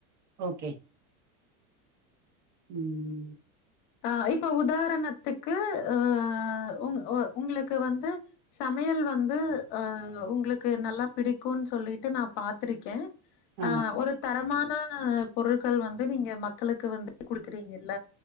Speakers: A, on the right (about 45°); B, on the left (about 55°).
A: ஓகே ம்
B: ஆ இப்ப உதாரணத்துக்கு அ உங் உங்ளுக்கு வந்து சமையல் வந்து அ உங்ளுக்கு நல்லா பிடிக்குன் சொல்லிட்டு நா பாத்திருக்கே
A: ஆமா
B: அ ஒரு தரமான பொருள்கள் வந்து நீங்க மக்களுக்கு வந்துடு குடுக்றீங்க இல்ல